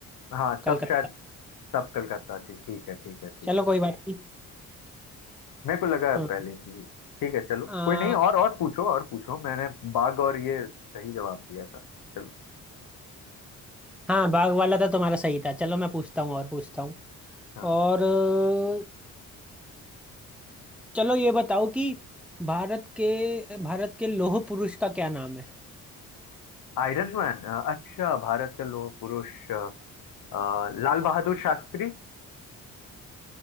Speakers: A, on the left; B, in the centre.
A: हाँ
B: कलकत्ता
A: तब शायद तब कलकत्ता थी ठीक है ठीक है ठीक
B: चलो
A: है
B: कोई
A: ठीक
B: बात नहीं
A: मेरे को लगा
B: हाँ
A: पहले से भी ठीक है चलो
B: आ,
A: कोई नहीं और और पूछो और पूछो मैंने बाघ और ये सही जवाब दिया था चलो
B: हाँ बाघ वाला तो तुम्हारा सही था चलो मैं पूछता हूँ और पूछता हूँ
A: हाँ
B: और अ, चलो ये बताओ कि भारत के भारत के लौह पुरुष का क्या नाम है
A: Iron man अच्छा भारत के लोह पुरुष अ, अ, लाल बहादुर शास्त्री